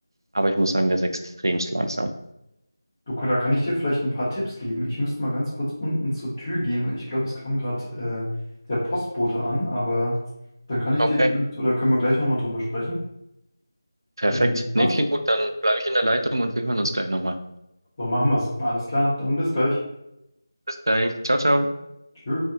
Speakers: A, on the right; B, on the left.
A: Aber ich muss sagen, der ist extremst langsam.
B: Du, da kann ich dir vielleicht ein paar Tipps geben. Ich müsste mal ganz kurz unten zur Tür gehen, weil ich glaube, es kam gerade äh, der Postbote an, aber dann kann ich
A: Okay,
B: dir vielleicht oder können wir gleich nochmal drüber sprechen.
A: perfekt.
B: Wenn dir das
A: Nee,
B: passt.
A: klingt gut. Dann bleibe ich in der Leitung und wir hören uns gleich nochmal.
B: So, machen wir es. Alles klar, dann bis gleich.
A: Bis gleich. Ciao, ciao.
B: Tschö.